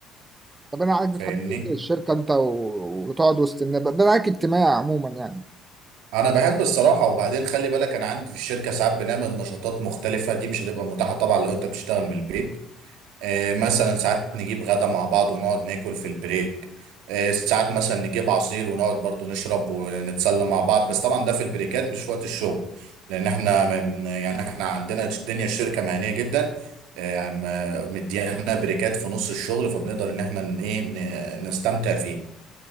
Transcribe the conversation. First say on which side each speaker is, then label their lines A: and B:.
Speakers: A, on the right; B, on the right.
A: طب انا عارف
B: فاهمني
A: بتحب تنزل الشركه انت و... وتقعد وسط الناس ده معاك اجتماعي عموما يعني
B: انا بحب الصراحه وبعدين خلي بالك انا عندي في الشركه ساعات بنعمل نشاطات مختلفه دي مش هتبقى متاحه طبعا لو انت بتشتغل من البيت آه مثلا ساعات نجيب غدا مع بعض ونقعد ناكل في البريك آه ساعات مثلا نجيب عصير ونقعد برضو نشرب ونتسلى مع بعض بس طبعا ده في البريكات مش في وقت الشغل لان احنا ما بن- يعني احنا عندنا الدنيا الشركه مهنيه جدا آه، عم- مديانا بريكات في نص الشغل فبنقدر ان احنا ن- ايه ن- نستمتع فيه